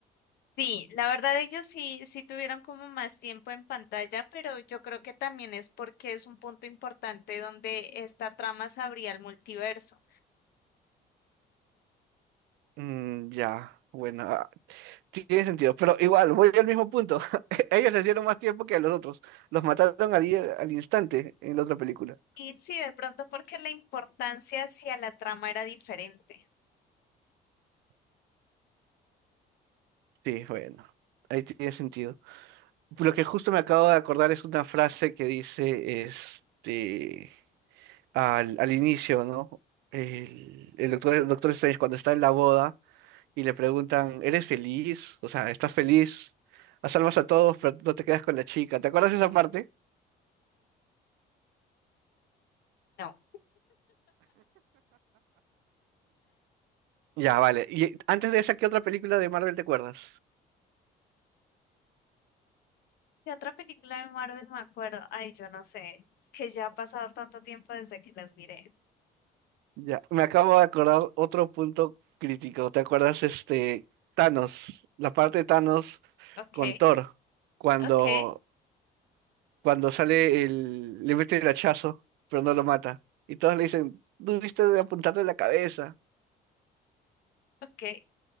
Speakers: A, on the left; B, on the right.
A: Sí, la verdad ellos sí, sí tuvieron como más tiempo en pantalla, pero yo creo que también es porque es un punto importante donde esta trama se abría al multiverso.
B: Mm, ya, bueno, ah, tiene sentido. Pero igual, voy al mismo punto. <laughs> Ellos les dieron más tiempo que a los otros. Los mataron al, i- al instante en la otra película.
A: Y sí, de pronto porque la importancia hacia la trama era diferente.
B: Sí, bueno, ahí tiene sentido. Lo que justo me acabo de acordar es una frase que dice este al, al inicio, ¿no? El, el doctor, el doctor Strange cuando está en la boda y le preguntan, ¿eres feliz? O sea, ¿estás feliz? Salvas a todos, pero no te quedas con la chica. ¿Te acuerdas de esa parte?
A: No.
B: Ya, vale. Y antes de esa, ¿qué otra película de Marvel te acuerdas?
A: ¿Qué otra película de Marvel me acuerdo? Ay, yo no sé. Es que ya ha pasado tanto tiempo desde que las miré.
B: Ya, me acabo de acordar otro punto crítico. ¿Te acuerdas este Thanos? La parte de Thanos
A: Ok,
B: con Thor, cuando
A: ok,
B: cuando sale el, le mete el hachazo, pero no lo mata. Y todos le dicen, dudiste de apuntarle en la cabeza.
A: ok.